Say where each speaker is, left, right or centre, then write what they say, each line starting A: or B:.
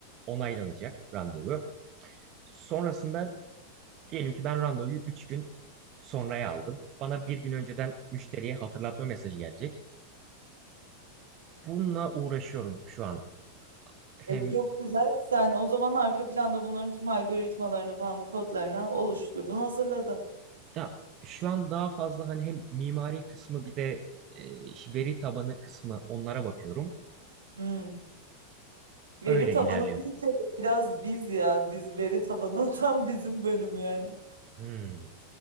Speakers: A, on the right (about 35°); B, on the right (about 70°).
A: onaylanacak randevu. Sonrasında diyelim ki ben randevuyu 3 gün sonraya aldım. Bana bir gün önceden müşteriye hatırlatma mesajı gelecek. Bununla uğraşıyorum şu an. Hem
B: E, çok güzel. Sen o zaman arka planda bunların tüm algoritmalarını falan kodlarını oluşturdun, hazırladın.
A: Ya şu an daha fazla hani hem mimari kısmı bir de e, iş- veri tabanı kısmı onlara bakıyorum.
B: Hmm. Veri
A: Öyle
B: tabanı
A: ilerliyorum.
B: deyince de biraz biz ya. Biz veri tabanı <laughs> tam bizim bölüm yani.
A: Hmm,